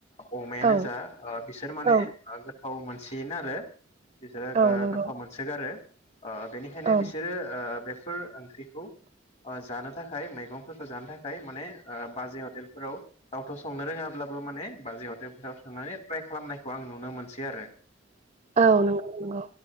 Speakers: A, on the left (about 35°); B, on the right (about 30°).
A: अमायानो
B: औ
A: जा बिसोर माने
B: औ
A: गोथाव मोन सिनो आरो बिसोरो गो
B: औ नंगौ
A: गोथाव मोनसोगारो। ओ बेनिखायनो
B: औ
A: बिसोरो ओ बेफ फोर ओंख्रिखौ जानो थाखाय मैगंफोरखौ जानो थाखाय माने बाजै हटेलफोराव गावथ' संनो रोङाब्लाबो माने बाजै हटेलफोराव थांनानै ट्राय खालामनायखौ आं नुनो मोनसै आरो
B: औ नंगौ नंगौ।